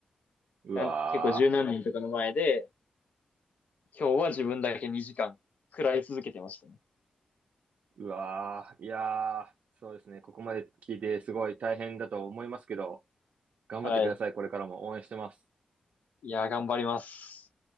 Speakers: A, on the right; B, on the left.
A: うわぁ。
B: なん結構十何人とかの前で、今日は自分だけ2時間食らい続けてましたね。
A: うわー、いやー、そうですね。ここまで聞いてすごい大変だと思いますけど、頑張ってください。
B: はい。
A: これからも応援してます。
B: いやー、頑張ります。